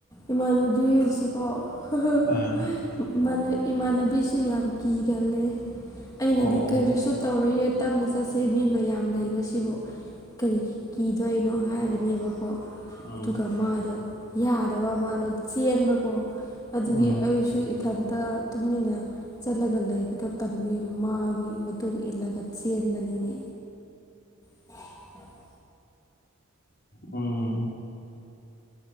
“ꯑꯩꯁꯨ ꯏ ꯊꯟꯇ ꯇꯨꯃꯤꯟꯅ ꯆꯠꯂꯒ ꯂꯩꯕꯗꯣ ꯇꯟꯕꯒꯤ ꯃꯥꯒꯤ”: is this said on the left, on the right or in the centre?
Left